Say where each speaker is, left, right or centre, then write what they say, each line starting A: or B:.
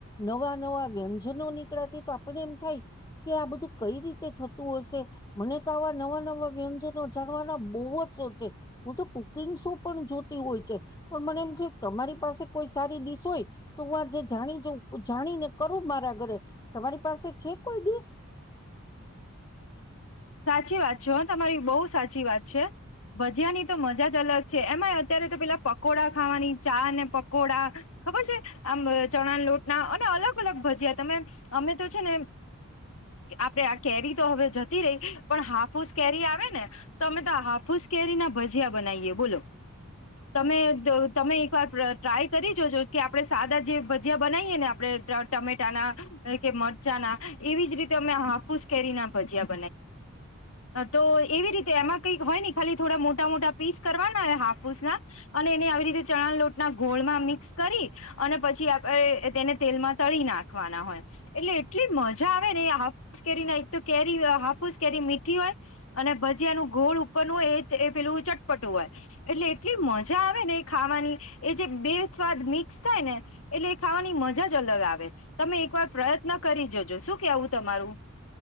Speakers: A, on the left; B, on the left.
A: નવા નવા વ્યંજનો નીકળ્યા છે તો આપને એમ થાય કે આ બધું કઈ રીતે થ. હ મને તો આવા નવા નવા વ્યંજનો જાણવાના બહુ જ શોખ છે હું તો કુકિંગ શો પણ જોતી હોય છે પણ મને એમ થય તમારી પાસે કોઈ સારી ડિશ હોય તો હું આ જે જાણી જાઉ જાણીને કરું મારા ઘરે તમારી પાસે છે કોઈ ડિશ.
B: સાચી વાત છે તમારી બહુ સાચી વાત છે ભજીયાની તો મજા જ અલગ છે એમાં અત્યારે તો પેલા પકોડા ખાવાની ચા ને પકોડા ખબર છે આમ ચણા લોટના અને અલગ અલગ ભજીયા તમે અમે તો છે ને આપણેે આ કેરી તો હવે જ ર પણ હાફુસ કેરી આવે ને તો અમે તો હાફુસ કેરી ના ભજીયા બનાવીએ બોલો. તમે તમે એકવાર ટ્રાય કરી જોજો કે આપડે સાદા જે ભજીયા બનાવીયએ ને આપડણે ટમેટાના કે મરચાંના એવીજ રીતે અમે હાફુસ કેરી ના ભજીયા. તો એવી રીતે એમાં કઈક હોય ને ખાલી થોડા મોટા મોટા પીસ કરવાના હો હાફુસ ના અને એને આવી રીતે ચણા લોટના ગોળમાં મિક્સ કરી અને પછી તેને તેલમાં તળી નાખવાના હોય એટલે એટલી મજા આવે ને હાસ કેરી એક કેરી હાફુસ કેરી મીઠી હોય અને ભજીયાનું ગોળ ઉપરનું હોય એ એ પેલું ચટપટું હોય એટલે એટલી મજા આવે ને એ ખાવાની એ જે બે સ્વાદ મિક્સ થાય ને એટલે એ ખાવાની મજા જ અલગ આવે તમે એકવાર પ્રયત્ન કરી જજો શું કેવું તમારું.